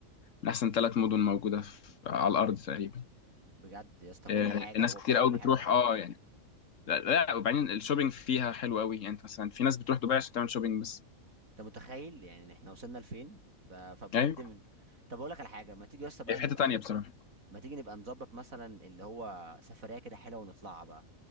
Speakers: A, on the left (about 65°); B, on the right (about 75°).
A: من احسن ثلاث مدن موجوده في على الارض تقريبا
B: بجد يا اسطى كل
A: آه
B: حاجه
A: الناس
B: وفروا
A: كتير قوي
B: كل
A: بتروح
B: حاجه
A: اه يعني لا لا وبعدين الشوبينج فيها حلو قوي يعني انت مثلا في ناس بتروح دبي عشان تعمل شوبينج بس
B: انت متخيل يعني إن احنا وصلنا لفين ب- فبجد
A: ايوه
B: من طب اقول لك على حاجه ما تيجي يا اسطى بقى
A: هي في
B: نبقى
A: حته تانية بصراحه
B: ما تيجي نبقى نظبط مثلا اللي هو سفريه كده حلوه ونطلعها بقى